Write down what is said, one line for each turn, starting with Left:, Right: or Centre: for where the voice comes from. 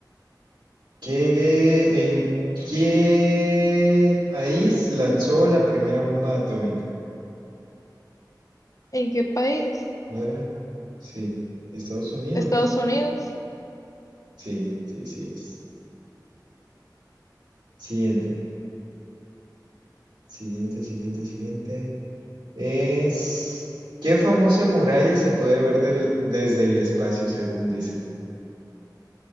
Right: ¿Qué, en qué país lanzó la primera bomba atómica?
Left: ¿En qué país?
Right: ¿No era? Sí. Estados Unidos.
Left: ¿Estados Unidos?
Right: Sí, sí, sí es. Siguiente, siguiente, siguiente, siguiente. Es... ¿Qué famosa muralla se puede ver del- desde el espacio, según dicen?